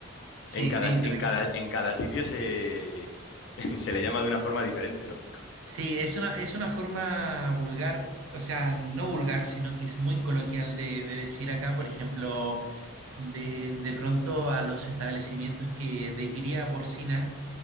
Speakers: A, on the right; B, on the left.
A: sí,
B: en cada,
A: sí, correcto.
B: en cada, en cada sitio se, <laughs> se le llama de una forma diferente, ¿no?
A: Sí, es una, es una forma vulgar, o sea, no vulgar, sino que es muy coloquial de, de decir acá, por ejemplo, de, de pronto a los establecimientos que de cría porcina,